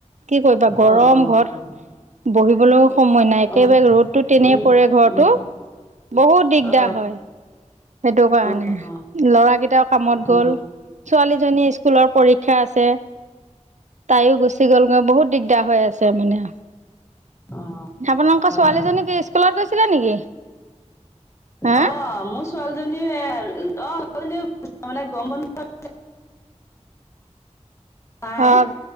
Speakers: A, on the right; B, on the left.
A: কি কৰিবা, গৰম
B: অ অ
A: ঘত বহিবলৈও সময় নাই, একেবাৰে
B: অ অ
A: ৰ'দতো তেনেই
B: উম
A: পৰে ঘৰটো
B: উম
A: বহুত দিগদাৰ
B: অ
A: হয়। সেইটো কাৰণে,
B: অ অ
A: ল'ৰাকেইটাও কামত
B: অ
A: গ'ল। ছোৱালীজনী স্কুলৰ পৰীক্ষা আছে। তাইও গুচি গ'লগৈ বহুত দিগদাৰ হৈ আছে মানে
B: অ
A: আপোনালোকৰ
B: হয়
A: ছোৱালীজনী
B: হয়
A: কি স্কুলত গৈছিলে নেকি হা
B: অ মোৰ ছোৱালীজনী এ অ ছোৱালীজনী মানে গৰম বন্ধত নাই
A: অ